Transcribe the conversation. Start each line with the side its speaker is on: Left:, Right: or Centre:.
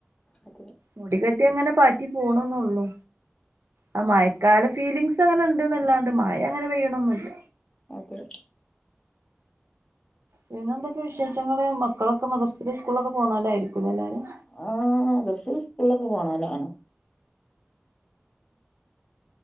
Left: അതെ
Right: മുടികെട്ടി എങ്ങനെ പാറ്റി പോണന്നള്ളു ആ മയ് കാല ഫീലിങ്സ് അങ്ങനെണ്ട്ന്ന്ല്ലാണ്ട് മായ അങ്ങനെ പെയ്യണോന്നില്ല
Left: അതെ
Right: പിന്നെ എന്തൊക്കെ വിശേഷങ്ങള് മക്കളൊക്കെ മദർസെ സ്കൂളൊക്കെ പോന്നോലാര്കുലെ എല്ലാരും
Left: ആഹ് ബസ്സിൽ സ്കൂളിലൊക്കെ പോണാലാണോ